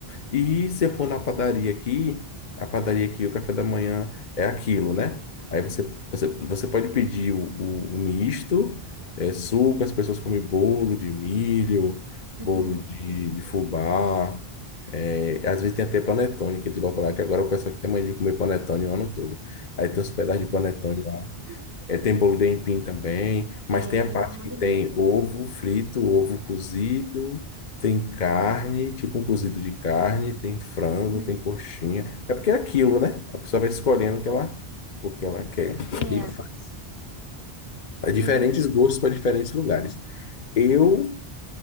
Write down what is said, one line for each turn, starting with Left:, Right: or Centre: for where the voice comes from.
Left: E se eu for na padaria aqui, a padaria aqui, o café da manhã é aquilo, né? Aí você, você, você pode pedir o, o- o misto, é, suco, as pessoas comem bolo de milho, bolo
Right: uhum.
Left: de, de fubá, é, às vezes tem até panetone que eles botam lá, que agora o pessoal que tem mania de comer panetone o ano todo. Aí tem uns pedaços de panetone
Right: <laughs>
Left: é, tem bolo de aipim também, mas
Right: É,
Left: tem
Right: JP
Left: a parte
Right: é uma
Left: que
Right: delícia.
Left: tem ovo frito, ovo cozido, tem carne, tipo um cozido de carne, tem frango,
Right: Uhum.
Left: tem coxinha. É porque é aquilo, né? A pessoa vai escolhendo o que ela, o que ela quer
Right: É,
Left: e faz. Há
Right: é.
Left: Diferentes gostos para diferentes lugares. Eu